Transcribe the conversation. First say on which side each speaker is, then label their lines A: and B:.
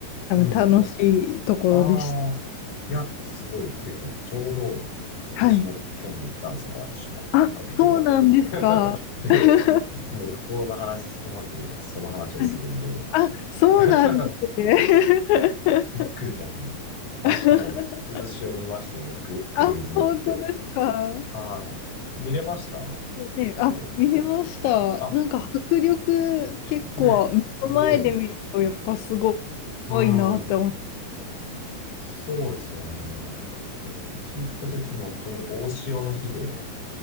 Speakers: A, on the left; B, on the left.
A: 多分楽しいところでした。
B: うん。ああ、いや、すごいびっくりした。ちょうど、私も去年行ったんですよ、
A: はい。
B: 淡路島。
A: あ、
B: 家族で。
A: そうなんですか。
B: <laughs>
A: <laughs>
B: で、
A: は
B: いつも旅行の話とまずその話をするんで
A: い。あ、そうなんですね。
B: <laughs> びっくりしましたね。あ、
A: <laughs>
B: しかも、渦潮見ましたよ、僕、クルーズ乗って。
A: あ、本当ですか。
B: はい。見れました結構。
A: ね、あ、見れました。
B: あ、
A: なんか迫力結構目の前で見るとやっぱすご
B: ねえ、すごい。うん。
A: いなって思って。
B: そうですよね。そう、うち行った時もちょうど大潮の日で、